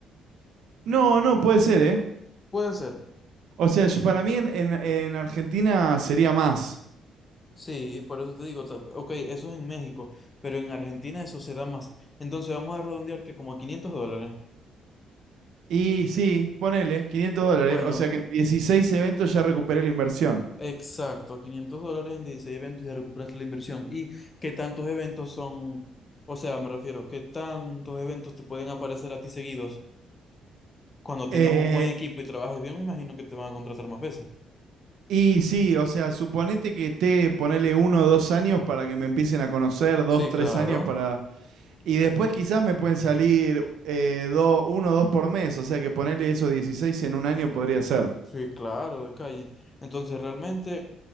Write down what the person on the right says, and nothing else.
no, no, puede ser, ¿eh?
O sea, yo- para mí en, en- en Argentina sería más.
Y sí, ponele, quinientos dólares,
o sea que en 16 eventos ya recuperé la inversión.
Eh,
Y sí, o sea, suponete que esté, ponerle uno o dos años para que me empiecen a conocer, dos,
tres
años para... Y después quizás me pueden salir eh, do- uno o dos por mes, o sea que ponerle esos 16 en un año podría ser.